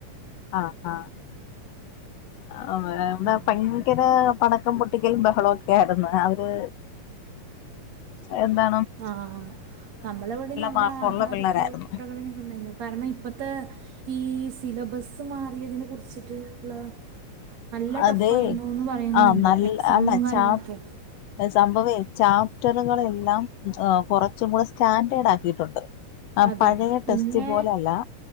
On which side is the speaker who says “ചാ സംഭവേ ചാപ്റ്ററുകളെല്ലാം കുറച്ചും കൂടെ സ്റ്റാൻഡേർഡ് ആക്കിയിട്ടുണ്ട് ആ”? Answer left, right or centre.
Left